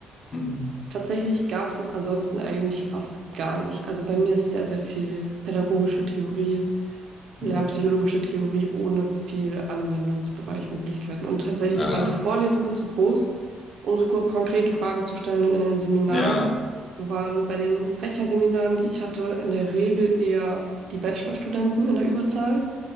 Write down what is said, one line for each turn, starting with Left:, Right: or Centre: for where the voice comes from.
Left: Mhm.
Right: Tatsächlich gab es das ansonsten eigentlich fast gar nicht. Also bei mir ist sehr, sehr viel pädagogische Theorie. Lernpsychologische
Left: Mhm.
Right: Theorie ohne viel Anwendungsbereichmöglichkeiten. Und tatsächlich
Left: Äh,
Right: waren die Vorlesungen zu groß, um so ko konkrete Fragen zu stellen. Und in den Seminaren
Left: ja,
Right: waren bei den Fächerseminaren, die ich hatte, in der Regel eher die Bachelorstudenten in der Überzahl.